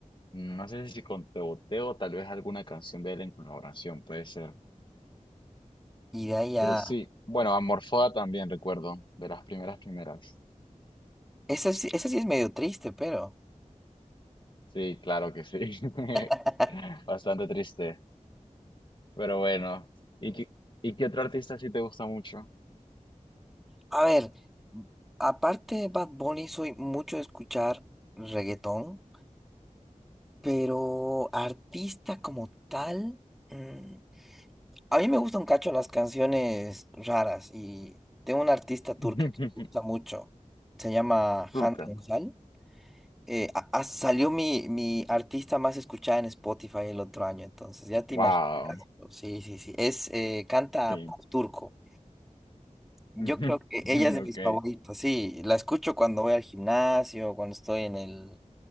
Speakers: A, on the left (about 40°); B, in the centre.
A: no sé si con Teboteo, tal vez alguna canción de él en colaboración, puede ser.
B: Y de ahí ya.
A: Pero sí, bueno, Amorfoda también recuerdo, de las primeras primeras.
B: Ese, sí- ese sí es medio triste, pero.
A: Sí, claro que sí. <laughs>
B: <laughs>
A: Bastante triste, pero bueno. ¿Y qué, y qué otro artista sí te gusta mucho?
B: A ver, aparte de Bad Bunny, soy mucho de escuchar reggaetón, pero artista como tal, mm, a mí me gustan un cacho las canciones raras y tengo una artista
A: <laughs>
B: turca que me gusta mucho, se llama
A: Turca.
B: Hande Ünsal. Eh, a- a- salió mi, mi artista más escuchada en Spotify el otro año, entonces ya te
A: Wow,
B: imaginas. Sí, sí, sí. Es, eh, canta
A: sí.
B: pop turco. Yo
A: <laughs>
B: creo que ella es de
A: Ok.
B: mis favoritas, sí. La escucho cuando voy al gimnasio, cuando estoy en el,